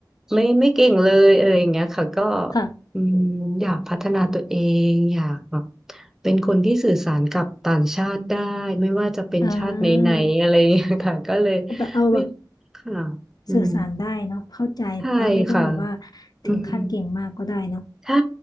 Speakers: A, in the centre; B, on the left.
A: ไม่ไม่เก่งเลยเอออย่างเงี้ยค่ะก็
B: ค่ะ
A: อืมอยากพัฒนาตัวเองอยากแบบเป็นคนที่สื่อสารกับต่างชาติได้ไม่ว่าจะเป็นชาติไหนๆอะไรอย่างเงี้ยค่ะก็เลย
B: อ่าคือแบบเอาแบบ
A: ไม่ค่ะอืม
B: สื่อสารได้เนาะเข้าใจว่าไม่ต้องแบบว่า
A: ใช่ค่ะ
B: ถึงขั้นเก่งมากก็ได้เนาะ
A: อืม ใช่